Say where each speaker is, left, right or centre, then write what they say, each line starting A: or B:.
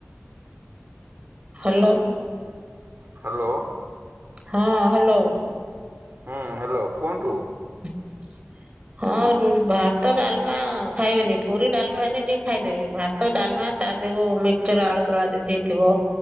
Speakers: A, on the right (about 25°); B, on the right (about 55°).
A: ହ୍ୟାଲୋ।
B: ହ୍ୟାଲୋ।
A: ହଁ ହ୍ୟାଲୋ।
B: ହୁଁ ହ୍ୟାଲୋ କୁହନ୍ତୁ?
A: <inaudible> ହଁ ରୁ ଭାତ ଡାଲମା ଖାଇବେନି ପୁରୀ ଡାଲମା ହେନେ ଟିକେ ଖାଇଦେବେ ଭାତ ଡାଲମା ତା ଦେକୁୁ ମିକ୍ସଚର ଆଳୁଦଳା ଦେଦେଇଥିବ